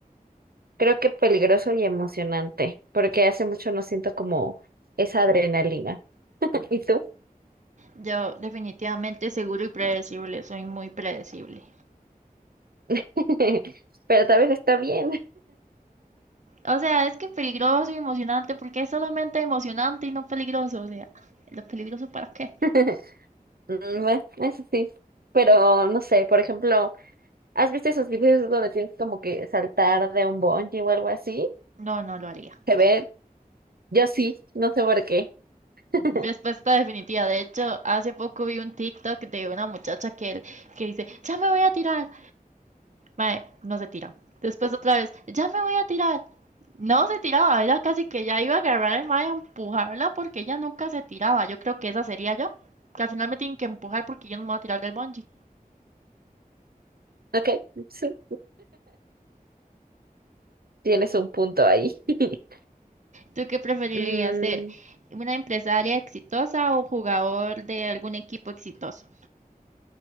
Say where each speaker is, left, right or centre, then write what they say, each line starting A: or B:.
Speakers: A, on the right (about 90°); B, on the right (about 55°).
A: creo que peligroso y emocionante, porque hace mucho no siento como esa adrenalina. <laughs> ¿Y tú?
B: Yo definitivamente seguro y predecible, soy muy predecible.
A: <laughs> Pero también está bien.
B: O sea, es que peligroso y emocionante, porque es solamente emocionante y no peligroso. O sea, ¿lo peligroso para qué?
A: <laughs> Mm, Bueno, eso sí. Pero no sé, por ejemplo. ¿Has visto esos videos donde tienes como que saltar de un bungee o algo así?
B: No, no lo haría.
A: Se ve, yo sí, no sé por qué. <laughs>
B: Respuesta definitiva. De hecho, hace poco vi un TikTok de una muchacha que, que dice, ya me voy a tirar, Mae, no se tira. Después otra vez, ya me voy a tirar. No se tiraba, era casi que ya iba a agarrar al mae a empujarla porque ella nunca se tiraba. Yo creo que esa sería yo. Que al final me tienen que empujar porque yo no me voy a tirar del bungee.
A: Ok, sí, tienes un punto ahí. <laughs>
B: ¿Tú qué preferirías
A: Mm,
B: ser? ¿Una empresaria exitosa o jugador de algún equipo exitoso?